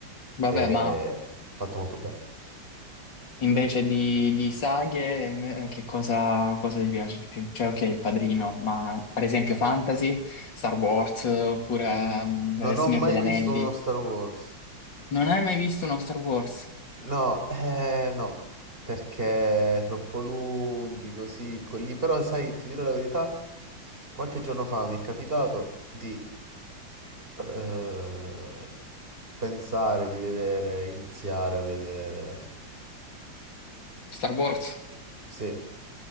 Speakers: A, on the left (about 65°); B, on the right (about 25°).
A: Vabbè,
B: È
A: ma...
B: fatto molto bene.
A: Invece di, di saghe, eh, che cosa, cosa ti piace di più? Cioè, ok, Il Padrino, ma per esempio fantasy, Star Wars, oppure
B: Mm,
A: mm,
B: non
A: Il Signore
B: ho mai
A: degli Anelli.
B: visto uno Star Wars.
A: Non hai mai visto uno Star Wars?
B: No, eh, no, perché troppo lunghi così, quelli. Però sai, ti dirò la verità, qualche giorno fa mi è capitato di eh, pensare di vedere, iniziare a vedere.
A: Star Wars?
B: Sì,